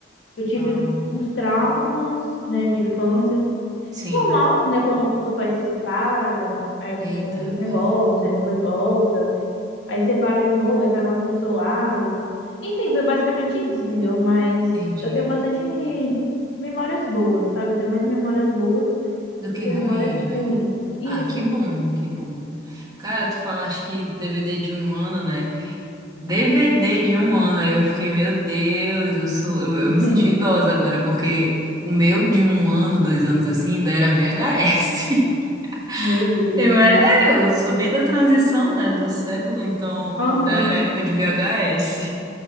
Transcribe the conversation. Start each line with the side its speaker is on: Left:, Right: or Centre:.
Left: Eu tive
Right: Ah,
Left: uns traumas, né, de infância.
Right: sim.
Left: Normal, né? Quando os pais se separam, aí acontece
Right: Eita,
Left: aqueles
Right: rapaz.
Left: negócios, aí depois volta. Aí separa de novo, aí cada um vai pro seu lado. Enfim, foi basicamente isso, entendeu? Mas
Right: Entendi.
Left: eu tenho bastante memórias boas, sabe? Eu tenho mais memórias boas
Right: Do
Left: do
Right: que
Left: que
Right: ruins,
Left: memórias
Right: né?
Left: ruins. Isso.
Right: Ah, que bom, que bom. Cara, tu falaste que DVD de um ano, né? DVD de um ano. Aí eu fiquei, meu Deus, eu sou. Eu, eu
Left: <laughs>
Right: me senti idosa agora, porque o meu de um ano, dois anos assim, ainda era VHS. <laughs>
Left: Meu Deus.
Right: Eu era, é, eu sou bem da transição, né, do século, então,
Left: Aham.
Right: da era época de VHS.